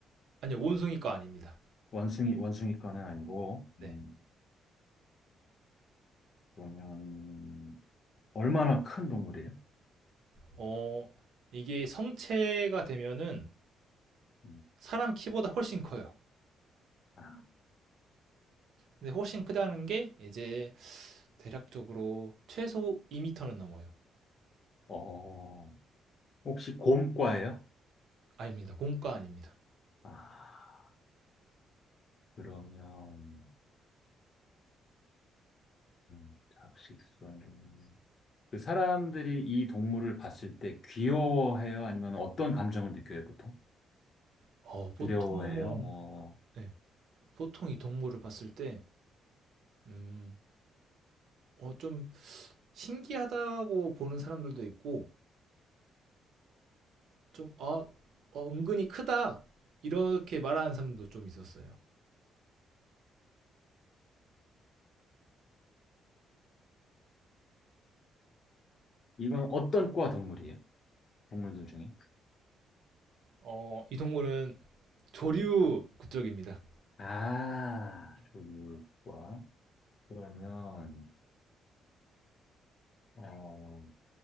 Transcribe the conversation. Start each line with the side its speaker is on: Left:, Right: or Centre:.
Right: 아니요, 원숭이과 아닙니다.
Left: 원숭이, 원숭이과는 아니고,
Right: 네.
Left: 음, 그러면, 얼마나 큰 동물이에요?
Right: 어, 이게 성체가 되면은
Left: 음,
Right: 사람 키보다 훨씬 커요.
Left: 아,
Right: 근데 훨씬 크다는 게 이제 대략적으로 최소 2m는 넘어요.
Left: 어, 혹시 곰과예요?
Right: 아닙니다. 공과 아닙니다.
Left: 아, 그러면, 음, 잡식성은, 그 사람들이 이 동물을 봤을 때 귀여워해요? 아니면 어떤 감정을 느껴요, 보통?
Right: 어, 보통,
Left: 두려워해요? 뭐,
Right: 네, 보통 이 동물을 봤을 때, 음, 어, 좀 신기하다고 보는 사람들도 있고, 좀, 아, 어, 은근히 크다. 이렇게 말하는 사람도 좀 있었어요.
Left: 이건 어떤 과 동물이에요? 동물들 중에?
Right: 어, 이 동물은 조류 그쪽입니다.
Left: 아, 조류과. 그러면, 어,